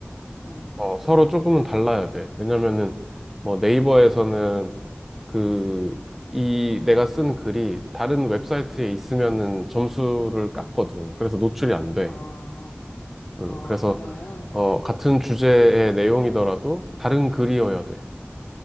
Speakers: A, on the left; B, in the centre.
A: 응,
B: 어, 서로 조금은 달라야 돼. 왜냐면은, 뭐 네이버에서는 그, 이 내가 쓴 글이 다른 웹사이트에
A: 응.
B: 있으면은 점수를 깎거든. 그래서 노출이 안 돼.
A: 아,
B: 음,
A: 아,
B: 그래서,
A: 그래.
B: 어, 같은 주제의 내용이더라도 다른 글이어야 돼.